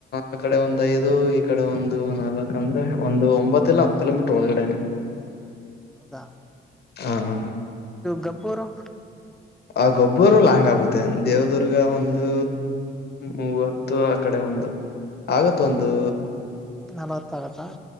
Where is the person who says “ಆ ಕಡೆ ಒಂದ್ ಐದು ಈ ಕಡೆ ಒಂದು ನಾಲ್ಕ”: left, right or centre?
Left